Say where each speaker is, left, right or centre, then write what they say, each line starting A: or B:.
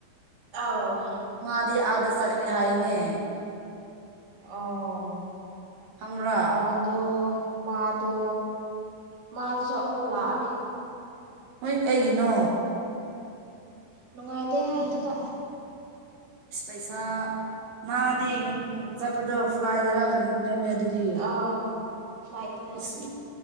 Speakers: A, on the right; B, on the right.
A: ꯑꯥꯎ
B: ꯃꯥꯗꯤ ꯑꯗ ꯆꯠꯈ꯭ꯔꯦ ꯍꯥꯏꯅꯦ
A: ꯑꯣ
B: ꯈꯪꯕ꯭ꯔꯥ
A: ꯑ ꯑꯗꯣ ꯃꯥꯗꯣ ꯃꯥꯗꯨꯁꯨ ꯑꯃꯨꯛ ꯂꯥꯛꯑꯅꯤ
B: ꯍꯣꯏ ꯀꯩꯒꯤꯅꯣ
A: ꯅꯨꯡꯉꯥꯏꯇꯦ ꯍꯥꯏꯗꯨꯗ
B: ꯄꯩꯁꯥ ꯃꯥꯗꯤ ꯎ ꯆꯠꯄꯗꯣ ꯐ꯭ꯂꯥꯏꯗꯔ ꯀꯔꯤ ꯏꯟꯇꯔꯅꯦꯠ ꯑꯗꯨꯗꯤ
A: ꯑꯨ ꯐ꯭ꯂꯥꯏꯇꯅꯦ
B: ꯁꯤ